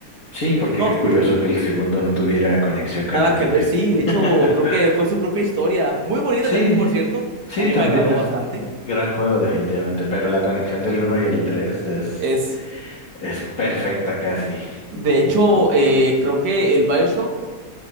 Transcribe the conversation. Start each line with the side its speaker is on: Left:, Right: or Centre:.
Left: Sí, porque
Right: No,
Left: qué curioso
Right: y
Left: que el segundo no tuviera conexión canónica.
Right: nada que ver, sí. De
Left: <laughs>
Right: hecho, creo que fue su propia historia. Muy bonita
Left: Sí,
Right: también, por cierto.
Left: sí,
Right: A mí
Left: también
Right: me agradó
Left: es
Right: bastante.
Left: un gran juego definitivamente, pero la conexión del uno y el 3 es,
Right: Es,
Left: es perfecta casi.
Right: de hecho, eh, creo que el BioShock